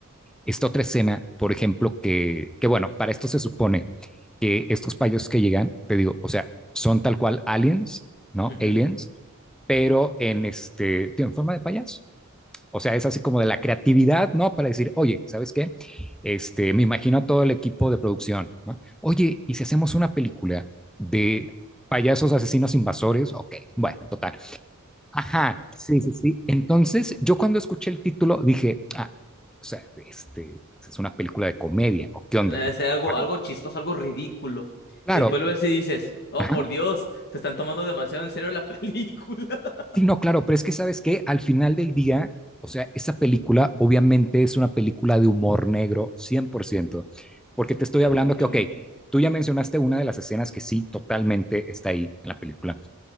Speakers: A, in the centre; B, on the left.
A: Esta otra escena, por ejemplo, que, que bueno, para esto se supone que estos payasos que llegan, te digo, o sea, son tal cual aliens, ¿no?
B: Ujú.
A: Aliens, pero en este, tío, en forma de payaso. O sea, es así como de la creatividad, ¿no? Para decir, oye, ¿sabes qué? Este, me imagino a todo el equipo de producción, ¿no? Oye, ¿y si hacemos una película de payasos asesinos invasores? Ok, bueno, total. Ajá, sí, sí, sí. Entonces, yo cuando escuché el título dije, ah, o sea, este, es una película de comedia, o qué onda,
B: Eh,
A: pues?
B: sea algo,
A: Ajá,
B: algo chistoso, algo ridículo.
A: claro,
B: Y después lo ves y dices, oh,
A: ajá.
B: por Dios, se están tomando demasiado en serio la película. <laughs>
A: Sí, no, claro, pero es que sabes que al final del día, o sea, esa película obviamente es una película de humor negro 100%, porque te estoy
B: Sí, definitivamente.
A: hablando que, ok, tú ya mencionaste una de las escenas que sí totalmente está ahí en la película,